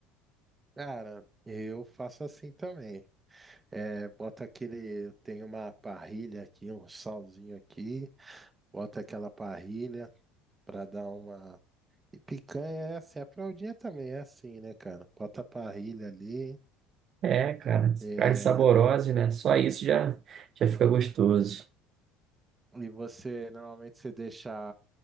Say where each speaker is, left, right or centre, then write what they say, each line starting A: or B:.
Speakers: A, on the right; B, on the right.
A: Cara, eu faço assim também. É, bota aquele. Eu tenho uma parrilha aqui, um salzinho aqui. Bota aquela parrilha pra dar uma. E picanha é assim, a fraldinha também é assim, né, cara? Bota a parrilha ali.
B: É, cara,
A: é,
B: carne saborosa, né? Só isso já, já fica gostoso.
A: E você normalmente você deixa